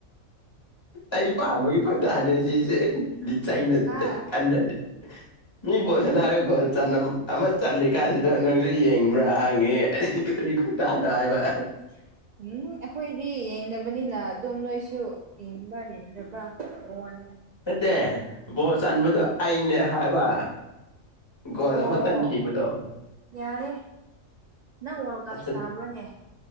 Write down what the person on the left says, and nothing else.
ꯑꯩ ꯄꯥꯝꯕꯒꯤ ꯈꯣꯟꯗꯥꯅꯦ ꯁꯤꯖꯦ ꯂꯤꯠꯆꯩꯅ
ꯁꯦꯠ ꯀꯟꯗꯗꯤ ꯃꯤ ꯕꫭꯜ ꯁꯥꯅꯔꯒ ꯒꫭꯜ ꯆꯥꯅꯝ ꯑꯃ ꯆꯜꯂꯤꯀꯥꯟꯁꯤꯗ ꯅꯪ ꯖꯨ ꯌꯦꯡꯕ꯭ꯔ ꯍꯪꯉꯦ ꯀꯔꯤ ꯈꯨꯟꯗꯥꯅꯣ ꯍꯥꯏꯕ
ꯅꯠꯇꯦ ꯕꯣꯜ ꯆꯟꯕꯗꯣ ꯑꯩꯅꯦ ꯍꯥꯏꯕ ꯒꯣꯜ
ꯑꯃ ꯆꯟꯈꯤꯕꯗꫭ
ꯑꯁ